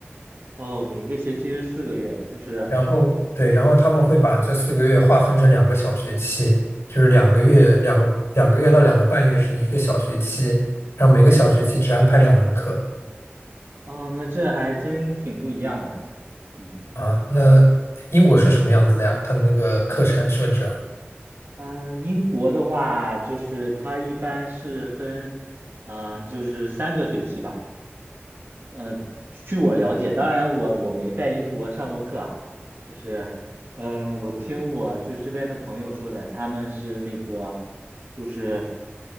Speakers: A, on the right (about 55°); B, on the left (about 80°).
A: 哦，每个学期是四个月，就是，
B: 然后对，然后他们会把这四个月划分成两个小学期，就是两个月两个两个月到两个半月是一个小学期，然后每个小学期只安排两门课
A: 哦，那这还真挺不一样的。嗯。
B: 啊。那英国是什么样子的呀？它的那个课程设置啊？
A: 啊，英国的话，就是它一般是分，嗯、呃就是三个学期吧。呃，据我了解，当然我我没在英国上过课啊，就是，嗯、我听我就是这边的朋友说的，他们是那个，就是